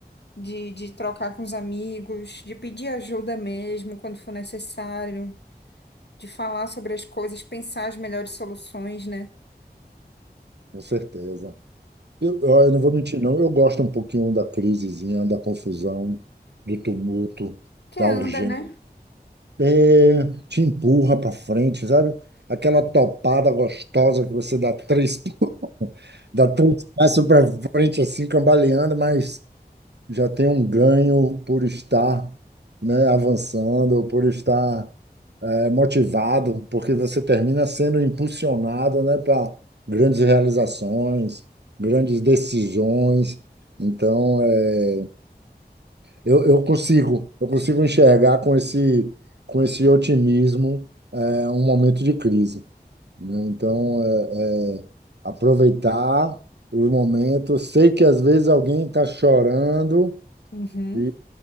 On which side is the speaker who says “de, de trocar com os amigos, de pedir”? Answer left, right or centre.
Left